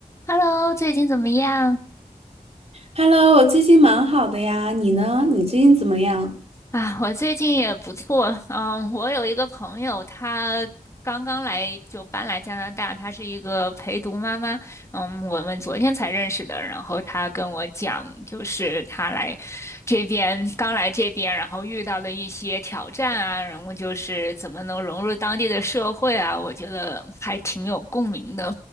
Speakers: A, on the left; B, on the right.
A: Hello，最近怎么样？
B: Hello，我最近蛮好的呀，你呢？你最近怎么样？
A: 啊，我最近也不错。嗯，我有一个朋友，她刚刚来就搬来加拿大，她是一个陪读妈妈。嗯，我们昨天才认识的，然后她跟我讲，就是她来这边刚来这边，然后遇到的一些挑战啊，然后就是怎么能融入当地的社会啊，我觉得还挺有共鸣的。